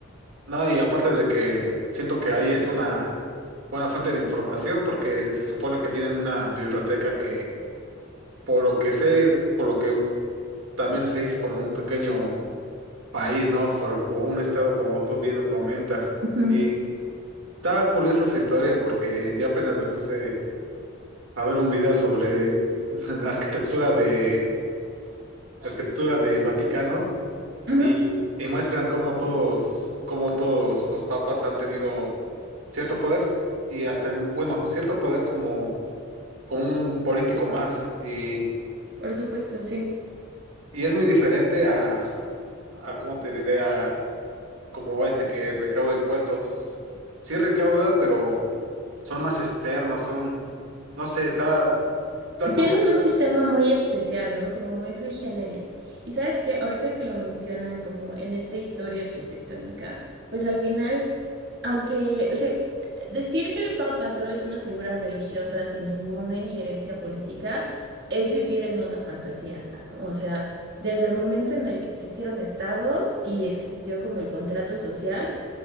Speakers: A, on the right; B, on the right.
A: No, y aparte de que siento que ahí es una buena fuente de información, porque se supone que tienen una biblioteca que, por lo que sé, es por lo que también se hizo como un pequeño país, ¿no? Por o un estado, como tú bien lo comentas.
B: Ujú,
A: Y estaba curiosa su historia, porque yo apenas me puse a ver un video sobre <laughs> arquitectura de arquitectura del Vaticano
B: ujú.
A: y, y muestran cómo todos, cómo todos los papas han tenido cierto poder y hasta el- bueno, cierto poder como, como un político más. Y,
B: Por supuesto, sí.
A: y es muy diferente a, a cómo te diré, a como este que recauda impuestos. Sí recauda, pero son más externos, son, no sé, está, está curioso.
B: Tienen un sistema muy especial, ¿no? Como muy sui generis. Y sabes que ahorita que lo mencionas, como en esta historia arquitectónica, pues al final, aunque, o sea, decir que el Papa solo es una figura religiosa sin ninguna injerencia política es vivir en una fantasía, ¿no? O sea, desde el momento en el que existieron estados y existió como el contrato social,